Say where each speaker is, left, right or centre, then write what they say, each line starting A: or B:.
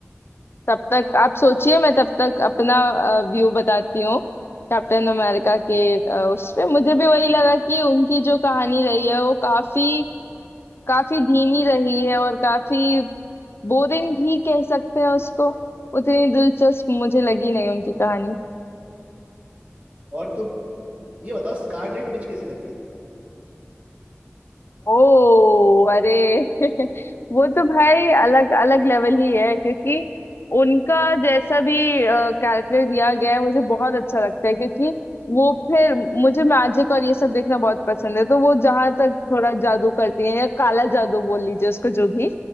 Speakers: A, on the left (about 60°); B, on the right (about 35°).
A: तब तक आप सोचिए मैं तब तक अपना व्यू बताती हूँ कैप्टन अमेरिका के अ, उस पे मुझे भी वही लगा कि उनकी जो कहानी रही है वो काफी काफी धीमी रही है और काफी बोरिंग भी कह सकते हैं उसको उतनी दिलचस्प मुझे लगी नहीं उनकी कहानी
B: और तुम ये बताओ स्कारलेट विच कैसे लगती है तुम्हें
A: ओ अरे <laughs> वो तो भाई अलग अलग लेवल ही है क्योंकि उनका जैसा भी कैरेक्टर दिया गया है मुझे बहुत अच्छा लगता है क्योंकि वो फिर मुझे मैजिक और ये सब देखना बहुत पसंद है तो वो जहां तक थोड़ा जादू करती है या काला जादू बोल लीजिए उसको जो भी